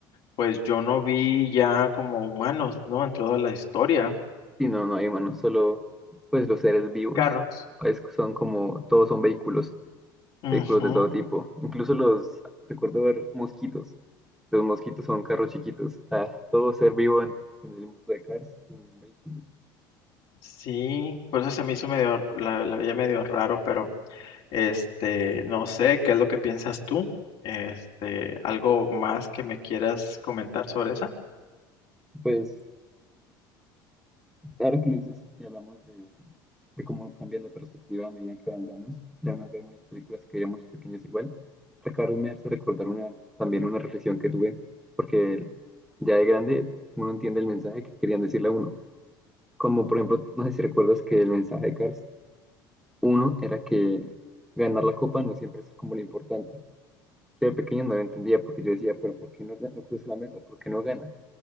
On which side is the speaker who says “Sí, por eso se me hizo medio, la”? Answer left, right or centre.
Left